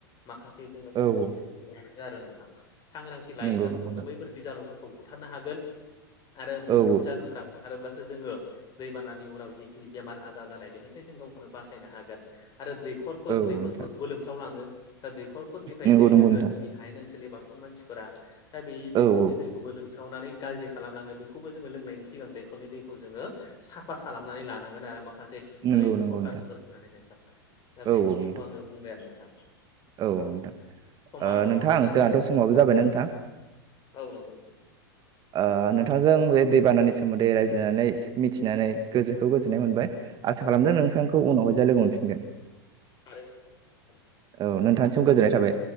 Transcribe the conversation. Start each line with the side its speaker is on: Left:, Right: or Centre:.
Left: माखासे जोङो सांग्रांथिफोरखौ
Right: औ औ
Left: लानांगौ आरो नोंथां सांग्रांथि लायोब्लासो
Right: नंगौ नंगौ
Left: जोङो
Right: नोंथां
Left: बैफोर बिजानुफोरखौ बुथारनो हागोन आरो बेफोर
Right: औ
Left: बिजानुफोरार हारोब्लासो जोङो दैबानानि उनाव जिखिनि बेमार आजार जानाय बेनिफ्राय जों गावखौनो बासायनो हागोन आरो दै
Right: औ औ
Left: दैखरफोरखौबो
Right: नोंथां
Left: लोमसावलाङो दा दैखरफोरनिफ्राय
Right: नंगौ
Left: दै
Right: नंगौ
Left: लोङो
Right: नोंथां
Left: जोंनि हायन ओनसोलनि बांसिन बांसिन मानसिफोरा दा बे दैखरनि
Right: औ औ
Left: दैखौबो लों सावनानै गाज्रि खालामलाङो बेखौबो जोङो लोंनायनि सिगां दैखरनि दैखौ जोङो साफा खालामनानै लानांगोन आरो माखासे सुनै
Right: नंगौ नंगौ
Left: पटासफोर
Right: नोंथां
Left: होनानै नोंथां दा
Right: औ
Left: बेखिनिखौ
Right: औ नोंथां
Left: आङो बुंबाय आरो नोंथां।
Right: औ नोंथां
Left: समाथ'
Right: ओ नोंथां
Left: जोंना जाबाय
Right: जोंहाथ'
Left: नोंथां
Right: समावबो जाबायना नोंथां?
Left: औ नंगौ नोंथां
Right: आ नोंथां जों बे दैबानानि सोमोन्दै रायज्लायनानै मिथिनानै गोजोखौ गोजोननाय मोनबाय आसा खालामदों नोंथांखौ उनावहाय जाय लोगो मोनफिनगोन ‌।
Left: आरो
Right: औ नोंथांनिसिम गोजोननाय थाबाय।